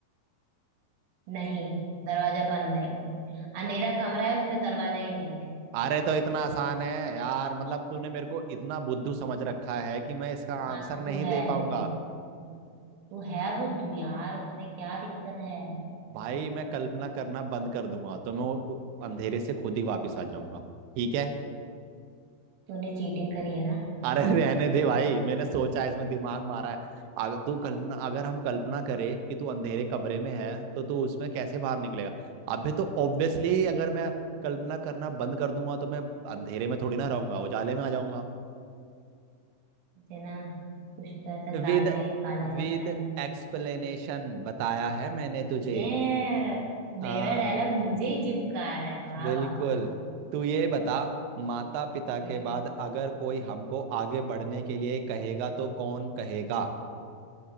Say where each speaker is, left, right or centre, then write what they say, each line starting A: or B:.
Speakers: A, on the right (about 70°); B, on the right (about 85°).
A: नहीं दरवाजा बंद है को- अंधेरा कमरा है उसमें दरवाजा ही नहीं है
B: अरे तो इतना आसान है यार मतलब तूने मेरे को इतना बुद्धू समझ रखा है कि मैं इसका
A: हाँ
B: आंसर नहीं
A: तू है
B: दे पाऊंगा
A: तू है तू है बुद्धू यार उसमें क्या दिक्कत है
B: भाई मैं कल्पना करना बंद कर दूंगा तो मैं उ- उ- अंधेरे से खुद ही वापस आ जाऊंगा ठीक है
A: तूने चीटिंग करी है ना
B: अरे <laughs> रहने दे भाई मैंने सोचा है, इसमें दिमाग मारा है अगर तू कल्पना अगर हम कल्पना करें कि तू अंधेरे कमरे में है तो तू उसमें कैसे बाहर निकलेगा अबे तो ऑब्वियसली अगर मैं कल्पना करना बंद कर दूंगा तो मैं अंधेरे में थोड़ी ना रहूंगा उजाले में आ जाऊंगा
A: मुझे ना कुछ तो ऐसा
B: विद
A: दाल में काला
B: विद
A: लग रहा है
B: एक्सप्लेनेशन बताया है मैंने तुझे
A: ए,
B: हाँ
A: मेरा डायलॉग मुझे ही चिपका रहा है वाह
B: बिल्कुल
A: वाह वाह
B: तू ये बता माता पिता के
A: हम्म
B: बाद अगर कोई हमको आगे बढ़ने के लिए कहेगा तो कौन कहेगा